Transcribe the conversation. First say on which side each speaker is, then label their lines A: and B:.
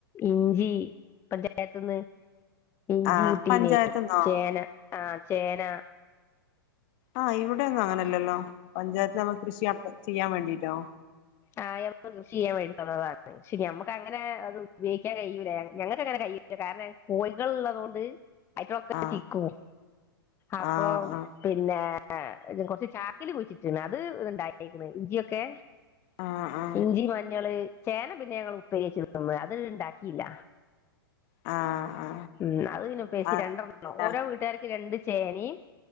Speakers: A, on the left; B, on the left.
A: ഇഞ്ചി പഞ്ചായത്ത്ന്ന് ഇഞ്ചി
B: ആ
A: കിട്ടീനെ
B: പഞ്ചായത്ത്ന്നോ
A: ചേന ആ ചേന
B: ആ ഇവിടെ ഒന്നും അങ്ങനല്ലല്ലോ പഞ്ചായത്തിന്ന് നമ്മൾക്ക് കൃഷി നട ചെയ്യാൻ വേണ്ടിട്ടോ
A: ആ നമ്മക്ക് കൃഷി ചെയ്യാൻ വേണ്ടി തന്നതാണ് പക്ഷെ ഞമ്മക്ക് അങ്ങനെ അത് ഉപ്യോഗിക്കാൻ കയിയൂല ഞങ്ങക്ക് അങ്ങനെ കയിയൂല കാരണം ഞ്ഞ കോയികള ഉള്ളത് കൊണ്ട് ആയിട്ടൊക്കെ
B: ആ
A: ചിക്കും അപ്പൊ
B: ആ ആ
A: പിന്നെ ആ കൊറച്ച് ച്ചാക്കിൽ കുയിച്ചിട്ടിണ്ട് അത് ഇണ്ടായിക്കണ് ഇഞ്ചിയക്കെ
B: ആ ആ
A: ഇഞ്ചി മഞ്ഞള് ചേന പിന്നെ ഞങ്ങൾ ഉപ്പേരി വെച്ച് തിന്ന് അത് ഇണ്ടാക്കിയില്ല
B: ആ ആ
A: ഉം അത് പിന്നെ ഉപ്പേരി വെച്ച്
B: ആ
A: രണ്ടെണ്ണം
B: പിന്നെ
A: ഓരോ വീട്ടുകാർക്കും രണ്ട് ചേനയും